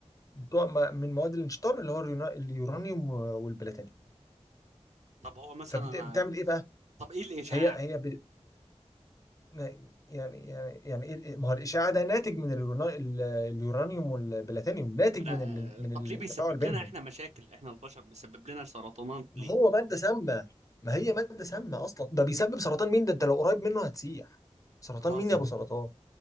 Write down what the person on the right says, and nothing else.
طب هو مثلا
انا
طب ايه الاشعاع
انا
آه،
طب
ليه بيسبب
لنا احنا مشاكل احنا البشر بيسبب لنا سرطانات
ليه
بتهزر